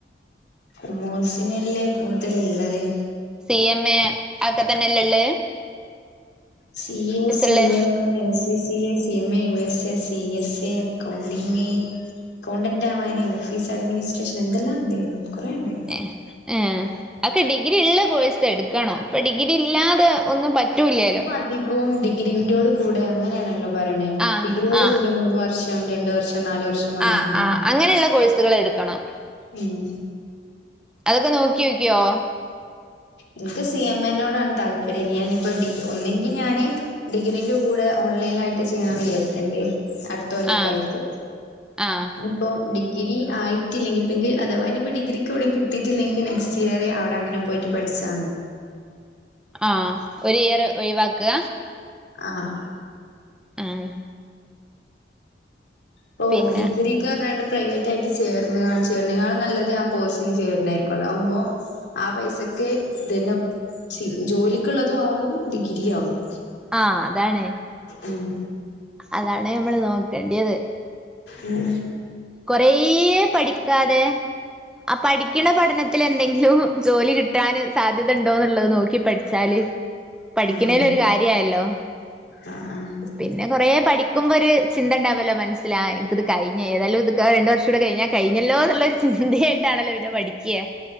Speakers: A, on the left; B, in the centre.
A: കൊമോഴ്സിനല്ലേ കൂടുതലിള്ളത്
B: സി എം എ അതക്കെ തന്നെല്ള്ള്
A: സി എ സി
B: ഉള്ളേ
A: M A A C C C A C M A U S A C S A accounting accountant ആവാന് ഓഫീസ് അഡ്മിനിസ്ട്രേഷൻ എന്തെല്ലാണ്ട് കുറെണ്ട്
B: എഹ് ഏ അക്കെ ഡിഗ്രിയുള്ള കോഴ്സ് എടുക്കണോ ഇപ്പൊ ഡിഗ്രി ഇല്ലാതെ ഒന്നും പറ്റൂല്ലല്ലോ
A: കവും ഡിഗ്രീൻ്റോടു കൂടെ അങ്ങനെയാണല്ലോ പറയണേ
B: ആ
A: ഡിഗ്രിയോട്
B: ആ
A: കൂടെ മൂന്ന് വർഷം രണ്ട് വർഷം നാല് വർഷം പറഞ്ഞിട്ട്
B: ആഹ്
A: അങ്ങനെ
B: ആഹ് അങ്ങനെയുള്ള കോഴ്സുകളെടുക്കണം
A: ഉം
B: അതൊക്കെ നോക്കിയോക്കിയോ
A: എനിക്ക് സി എം എ നോടാണ് താല്പര്യം ഇനി ഞാനിപ്പോ ഡിഗ് ഒന്നിങ്കിൽ ഞാന് ഡിഗ്രിന്റെകൂടെ ഓൺലൈനിലായിട്ട് ചെയ്യണം വിചാരിക്കണ്ട് അടു
B: ആ
A: <unintelligible>
B: ആ
A: ഇപ്പം ഡിഗ്രിആയിട്ടില്ലെങ്കിപ്പനിക്ക് അഥവാ ഇനിപ്പ ഡിഗ്രിക്കിവിടെ കിട്ടിട്ടില്ലെങ്കിൽ നെക്‌സ്റ്റ് ഇയറെ അവിടങ്ങനെ പോയിട്ട് പഠിച്ചാ
B: ആഹ് ഒരു ഇയർ ഒഴിവാക്ക്ക
A: ആഹ്
B: അഹ്
A: ഇപ്പൊ
B: പിന്നെ
A: ഡിഗ്രി ഒക്കെ പറഞ്ഞാണ്ട് പ്രൈവറ്റ് ആയിട്ട് ചേർന്ന് ചേർന്നങ്ങാനും നല്ലത് ആ കോഴ്സിന് ചേരുന്നതായിരിക്കും അതാവുമ്പോ ആ പൈസക്ക് ഇതന്നെപ് ചീ ജോലിക്കുള്ളതും ആവും ഡിഗ്രിയു ആവും
B: ആഹ് അതാണ്
A: ഉം
B: അതാണ് നമ്മള് നോക്കണ്ടിയത്
A: ഉം
B: കൊറേയ് പഠിക്കാതെ ആ ഹ് പഠിക്കണ പഠനത്തിലെന്തെങ്കിലും ജോലി കിട് കിട്ടാന് സാധ്യത ഉണ്ടോന്നുള്ളത് നോക്കി പഠിച്ചാല് പഠിക്കുന്നേല്
A: ആഹ്
B: ഒരു കാര്യയല്ലോ
A: ആഹ് ആഹ് <unintelligible>
B: പിന്നെ കുറേ പഠിക്കുമ്പോ ഒരു ചിന്ത ഉണ്ടാവല്ലോ മനസ്സില് ആഹ് എനിക്ക് ഇത് കഴിഞ്ഞ് ഏതായാലും ഇത് രണ്ട് വർഷുടെ കഴിഞ്ഞാ കഴിഞ്ഞല്ലോന്നുള്ളരു ചിന്തയായിട്ടാണല്ലോ പിന്നെ പഠിക്യാ